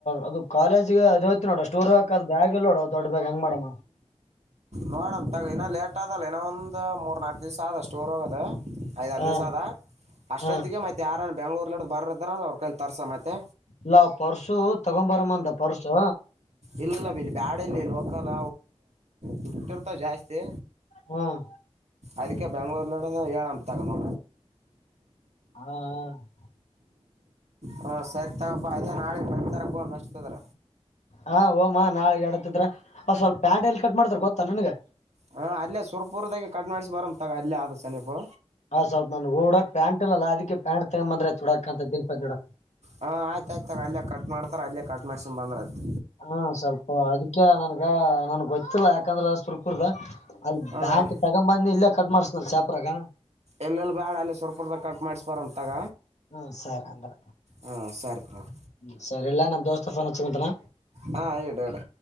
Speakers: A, on the left; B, on the right.
A: ಅದು ಕಾಲೇಜ್ಗೆ ಅದು ಹಯ್ತ ನೋಡ ಸ್ಟೋರ್ ಹಾಕದ ಬ್ಯಾಗ್ಲ್ಲ ನೋಡ ದೊಡ್ ಬ್ಯ್ ಹಂಗ ಮಾಡಡಮ
B: ನೋಡಂ ತಗ ಇನ ಲೇಟ್ ಆದಲ್ಲ ಇನ ಒಂದ ಮೂರ್ ನಾಲ್ಕು ದಿವಸ ಆದದಷ್ಟು ಊರ್ ಹೋಗೋದು ಐದ್ರ್
A: ಹಾ
B: ದಿವಸ ಅದ ಅಷ್ಟೊತ್ತಿಗೆ
A: ಹಾ
B: ಮತ್ತೆ ಯಾರ ಬ ಬೆಂಗ್ೂರ್ ಬರ್ದಾರ ಅವ್ರ ಕೈ ತರ್ಸ ಮತ್ತೆ
A: ಇಲ್ಲ ಪರ್ಸು ತಗೊಂಬರಮ್ಮ ಅಂತ ಪರ್ಸು
B: ಇಲ್ಲಲ್ಲ ಬ ಬ್ಯಾಡಲ್ಲಿ ಲೋಕಲ್ ದುಡ್ ಇರ್ತಾವ ಜಾಸ್ತಿ
A: ಹ್ಮ್
B: ಅದಕ್ಕೆ ಬೆಂಗ್ಳೂರ್ ನಡ ಏಳ ಅ ತಗ ನೋ
A: ಹಾ ಹಾ
B: ಹ ಸರಿ ತಗೋಾ ಅದೇ ನಾಳೆ ಮತಾರ ಮೆಸ್ತದ್ರ
A: ಹಾ ಹಓಮ್ಮಾ ನಾಳಗ್ ಎಡತಿದ್ರ ಸ್ವಲ್ಪ ಪ್ಯಾಂಟ್ ಎಲ್ಲಿ ಕಟ್ ಮಾಡ್ತಾರ ಗೊತ್ತಾ ನನ್ಗ
B: ಹಾ ಅಲ್ಲೇ ಸುರ್ಪುರ್ದಾಗ ಕಟ್ ಮಾಡಿಸಿಿ ಬರಂತಗ ಅಲ್ಲೇ ಆದ್ ಸನೀಪು
A: ಆ ಸ್ವಲ್ಪ ನನ್ ಓಡಾಕ್ ಪ್ಯಾಂಟ್ಲ್ಲ ಅದ ಪ್ಯಾಂಟ್ ತಗೊಂದ್ರೆ ತಡಕಂತ ದಿನಪಡಕ್
B: ಹಾ ಆಯ್ತಾಯ ಆಯ್ತ ಅೇ ಕಟ್ ಮಾಡತ ಅಲ್ಲೇ ಕಟ್ ಮಾಡ್ಸೊಂಡನ್ ಬಂದ್ರ ಆಯತು
A: ಹಾ ಸ್ವಲ್ಪ ಅದಕ್ಕೆ ನನ್ಗ ನನ್ಗ್ ಗೊತ್ತಿಲ್ಲ ಯಾಕಂದ್ರೆ ಸುರ್ಕುರ್ದ ಅಲ್
B: ಹಾಂ
A: ಬ್ಯಾಂಟ್ ತಗೊಂಬನ್ನಿ ಇಲ್ಲೇ ಕಟ್ ಮಾಡ್ಸ್ನ್ರ ಚಾಪರಾಗ
B: ಎಲ್ಲೆಲ್ಲಿ ಬ್ಯಾಡ ಅಲ್ಲ ಸ್ವಲ್ಪ ಹೊದಾಗ ಕಟ್ ಮಾಡಿಸ ಬಾರ ತಗ
A: ಹ್ಮ ಸರಿ ಅಂದ್ರ
B: ಹಾಂ ಸರಿ ಹಾಂ
A: ಹ್ಮ ಸರಿ ಇಲ್ಲ ನಮ್ ದೋಸ್ತ ಫೋನ್ ಹಚ್ ಕುಂತನ
B: ಹಾ ಡು ಆಡು